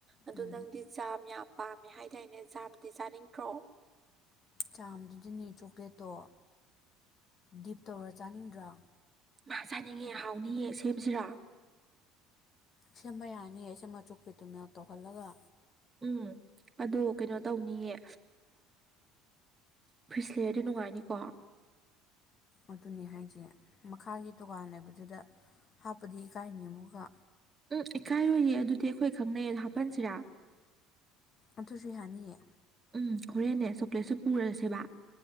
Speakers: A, on the right; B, on the left.
A: ꯑꯗꯣ
B: ꯎꯝ
A: ꯅꯪꯗꯤ ꯖꯥꯝ ꯌꯥꯝ ꯄꯥꯝꯃꯦ ꯍꯥꯏꯗꯥꯏꯅꯦ ꯖꯥꯝꯗꯤ ꯆꯥꯅꯤꯡꯗ꯭ꯔꯣ
B: ꯆꯥꯝꯗꯨꯗꯅꯦ ꯆꯣꯀ꯭ꯂꯦꯠꯇꯣ ꯗꯤꯞ ꯇꯧꯔ ꯆꯥꯅꯤꯡꯗ꯭ꯔꯥ
A: ꯃꯥ ꯆꯥꯅꯤꯡꯉꯦ ꯍꯥꯎꯅꯤꯌꯦ ꯁꯦꯝꯁꯤꯔꯣ
B: ꯁꯦꯝꯕ ꯌꯥꯅꯤꯌꯦ ꯁꯤꯃꯥ ꯆꯣꯀ꯭ꯂꯦꯠꯇꯨꯅ ꯇꯧꯍꯜꯂꯒ
A: ꯎꯝ ꯑꯗꯣ ꯀꯩꯅꯣ ꯇꯧꯅꯤꯌꯦ ꯐ꯭ꯔꯤꯁ ꯂꯩꯔꯦꯗꯤ ꯅꯨꯡꯉꯥꯏꯅꯤꯀꯣ
B: ꯑꯗꯨꯅꯤ ꯍꯥꯏꯖꯦ ꯃꯈꯥꯒꯤ ꯗꯨꯀꯥꯟ ꯂꯩꯕꯗꯨꯗ ꯍꯥꯞꯄꯗꯤ ꯏꯀꯥꯏꯅꯤ ꯑꯃꯨꯛꯀ
A: ꯎꯝ ꯏꯀꯥꯏꯔꯣꯏꯌꯦ ꯑꯗꯨꯗꯤ ꯑꯩꯈꯣꯏ ꯈꯪꯅꯩꯌꯦ ꯍꯥꯞꯄꯟꯁꯤꯔꯥ
B: ꯑꯗꯨꯁꯨ ꯌꯥꯅꯤꯌꯦ
A: ꯎꯝ ꯍꯣꯔꯦꯟꯅꯦ ꯆꯣꯀ꯭ꯂꯦꯠꯁꯨ ꯄꯨꯔꯁꯦꯕ